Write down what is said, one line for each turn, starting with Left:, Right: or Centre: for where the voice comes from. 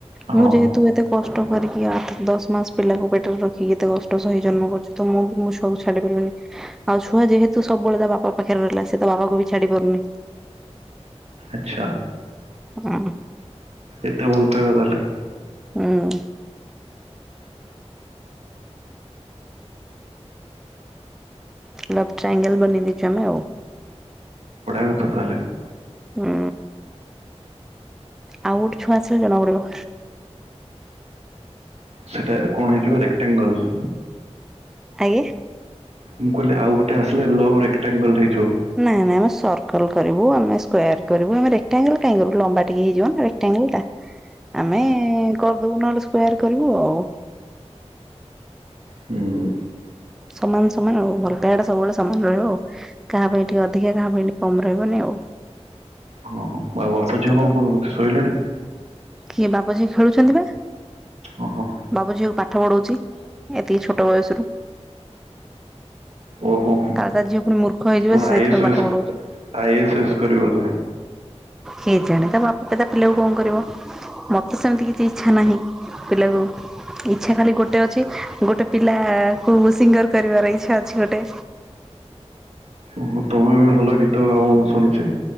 Right: ହଁ
Centre: ମୁଁ ଯେହେତୁ ଏତେ କଷ୍ଟ କରିକି ଆଠ ଦଶ ମାସ ପିଲାକୁ ପେଟରେ ରଖିକି ଏତେ କଷ୍ଟ ସହି ଜନ୍ମ କରିଚି ତ ମୁଁ ମୋ ଛୁଆକୁ ଛାଡ଼ି ପାରିବିନି। ଆଉ ଛୁଆ ଯେହେତୁ ସବୁବେଳେ ତା ବାପା ପାଖରେ ରହିଲା ସେ ତ ବାପାକୁ ବି ଛାଡି ପାରୁନି।
Right: ଆଛା।
Centre: ହଁ।
Right: ଏତେ ଭଲ ପାଇବା ତା ହେଲେ।
Centre: ହୁଁ। ଲବ ଟ୍ରାଙ୍ଗେଲେ ବନେଇଦେଇଚୁ ଆମେ ଆଉ।
Right: ଆଛା ତା ହେଲେ।
Centre: ହୁଁ। ଆଉ ଗୋଟେ ଛୁଆ ଆସିଲେ ଜଣା ପଡିବ।
Right: ସେଟା କଣ ହେଇଯିବ ରେକ୍ଟାଙ୍ଗଲ?
Centre: ଆଜ୍ଞା।
Right: ମୁଁ କହିଲି ଆଉ ଗୋଟେ ଆସିଲେ ଲଭ ରେକ୍ଟାଙ୍ଗଲ ହେଇଯିବ।
Centre: ନାଇଁ ନାଇଁ ଆମ ସର୍କଲ କରିବୁ ଆମେ ସ୍କୟାର କରିବୁ ଆମେ ରେକ୍ଟାଙ୍ଗଲ କାଇଁ କରିବୁ ଲମ୍ବା ଟିକେ ହେଇଯିବନା। ଟାଙ୍ଗେଟା ଆମେ କରିଦବୁ ନହେଲେ ସ୍କୋୟାର କରିବୁ ଆଉ।
Right: ହୁଁ।
Centre: ସମାନ ସମାନ ଆଉ ଭଲ ପାଇବାଟା ସବୁବେଳେ ସମାନ ରହିବ। କାହା ପାଇଁ ଟିକେ ଅଧିକା କାହା ପାଇଁ ଟିକେ କମ୍ ରହିବନି ଆଉ।
Right: ହଁ ଆଉ ବାପ ଝିଅ
Centre: କିନ୍ତୁ
Right: କଣ କରୁଛନ୍ତି ଶୋଇଲେଣି?
Centre: କିଏ ବାପଝିଅ ଖେଳୁଛନ୍ତି ବା।
Right: ଅ ହଁ।
Centre: ବାବ ଝିଅକୁ ପାଠ ପଢ଼ଉଛି ଏତିକି ଛୋଟ ବୟସରୁ।
Right: ଓହୋ।
Centre: କାଳେ ତା ଝିଅ ପୁଣି ମୂର୍ଖ ହେଇଯିବ
Right: କଣ
Centre: ସେ
Right: ଆଇ
Centre: ସେଥିପାଇଁ
Right: ଏସ୍
Centre: ପାଠ
Right: ଏସ୍
Centre: ପଢଉଚି।
Right: ଆଇ ଏସ୍ ଏସ୍ କରିବ ବୋଧେ
Centre: କେଜାଣି ତା ବାପା ତା ପିଲାକୁ କଣ କରିବ ମତେ ସେମିତି କିଛି ଇଚ୍ଛା ନାହିଁ। ପିଲାକୁ ଇଚ୍ଛା ଖାଲି ଗୋଟେ ଅଛି ଗୋଟେ ପିଲା କୁ ସିଙ୍ଗର କରିବାର ଇଚ୍ଛା ଅଛି ଗୋଟେ।
Right: ଓହୋ ତମେ ବି ଭଲ ଗୀତ ଗାଅ ମୁଁ ଶୁଣିଚି?